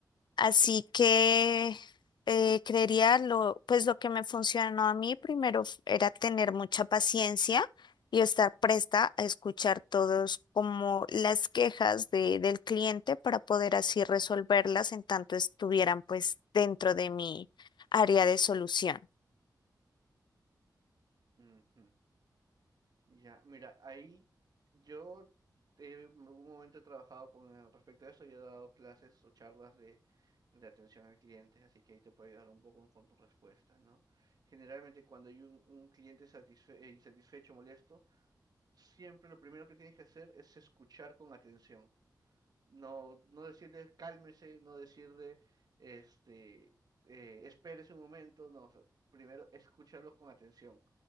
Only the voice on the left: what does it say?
Así que eh, creería lo, pues lo que me funcionó a mí primero f- era tener mucha paciencia y estar presta a escuchar todos como las quejas de, del cliente para poder así resolverlas en tanto estuvieran pues dentro de mi área de solución.